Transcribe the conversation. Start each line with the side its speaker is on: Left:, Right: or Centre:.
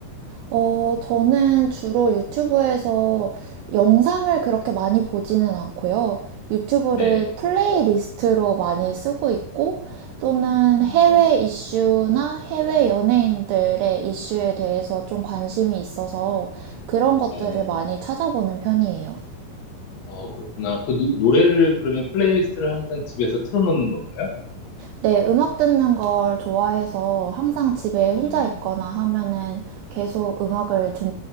Right: 어, 저는 주로 유튜브에서 영상을 그렇게 많이 보지는 않고요. 유튜브를
Left: 네.
Right: 플레이리스트로 많이 쓰고 있고, 또는
Left: 음,
Right: 해외 이슈나 해외 연예인들의 이슈에 대해서 좀 관심이 있어서 그런 것들을
Left: 어,
Right: 많이 찾아보는 편이에요.
Left: 어, 그렇구나. 그 노, 노래를 그러면 플레이리스트를 항상 집에서 틀어놓는 건가요?
Right: 네, 음악 듣는 걸 좋아해서 항상 집에 혼자
Left: 음,
Right: 있거나 하면은 계속 음악을 듣,